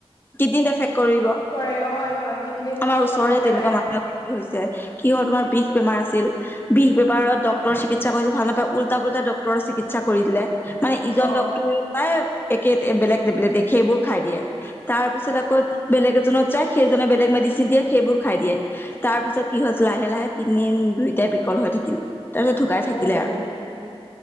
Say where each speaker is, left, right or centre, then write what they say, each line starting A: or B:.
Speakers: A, on the left; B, on the left.
A: কিডনীত এফেক্ট কৰিব।
B: কৰে হয় হয় কিডনীত
A: আমাৰ ওচৰে
B: প্ৰভাৱ পেলায়
A: তেনেকুৱা <unintelligible> মানুহৰ হৈছে কিহৰ তোমাৰ বিষ বেমাৰ আছিল। বিষ বেপাৰত ডক্টৰৰ চিকিৎসা কৰিছে। ভাল নাপায়, উল্টা-পুল্টা ডক্টৰৰ চিকিৎসা কৰি দিলে। মানে ইজন
B: অ
A: ডক্তৰে পায় একে বেলেগ টেবলেট দিয়ে। সেইবোৰ খাই দিয়ে। তাৰ পিছত আকৌ বেলেগ এজনত যায়, সেইজনে বেলেগ ম মেডিচিন দিয়ে সেইবোৰ খাই দিয়ে। তাৰ পিছত কি হল লাহে লাহে কিডনী দুইটাই বিকল হৈ থাকিল। তাৰপিছত ঢুকাই থাকিলে
B: অহ
A: আৰু